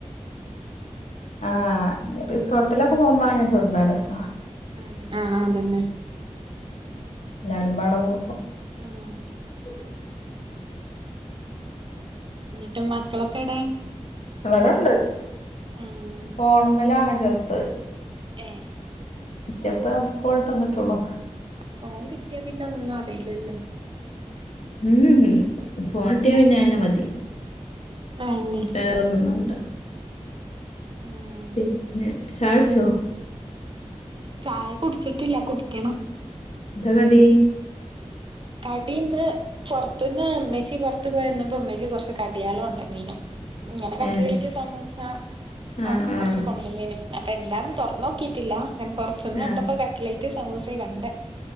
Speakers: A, on the left; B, on the right.
A: ആ റിസോർട്ടിലൊക്കെ പോകുമ്പോ അങ്ങനെ ചൂട്ണാ രസം
B: ആഹ് ആഹ് അതന്നെ
A: എല്ലാരും പാട കൊടുക്കു
B: ആഹ്
A: <unintelligible>
B: എന്നിട്ട് മക്കളൊക്കെ എടെ
A: അടെണ്ട്
B: ആഹ്
A: ഫോണമ്മലാ ആണ് ചെറുത്
B: ഏ
A: മറ്റേപ്പം സ്‌കൂൾ വിട്ടു വന്നിട്ടുള്ളൂ
B: ഫോൺ കിട്ടിയാ പിന്നെ ഒന്നും അറിയില്ലല്ലോ
A: ഉം ഹ ഫോണട്ടിയ പിന്നെ അതെന്ന മതി
B: അതന്നെ
A: വേറൊന്നും വേണ്ട
B: ഉം
A: പിന്നെ ചായുടിച്ചോ
B: ചായ കുടിച്ചിട്ടില്ല കുടിക്കണം
A: എന്താ കടി
B: കടി ഇന്ന് പൊറത്തുന്ന് ഇമ്മച്ചി പുറത്തു പോയിരന്നപ്പോ ഉമ്മേച്ചി കൊറച്ച് കടികള് കൊണ്ടനീനു ഇങ്ങനെ കട്ട്ലേറ്റ്
A: ഏഹ്
B: സമൂസ
A: ആഹ്
B: ഒക്കെ
A: ആഹ്
B: കുറച്ച് കൊണ്ടുവനീന്നു അപ്പൊ എന്താന്ന് തൊറന്നു നോക്കിട്ടില്ല ഇങ്ങനെ പുറത്തന്ന് കണ്ടപ്പോ
A: ആഹ്
B: കട്ട്ലേറ്റ് സമോസയും കണ്ടേ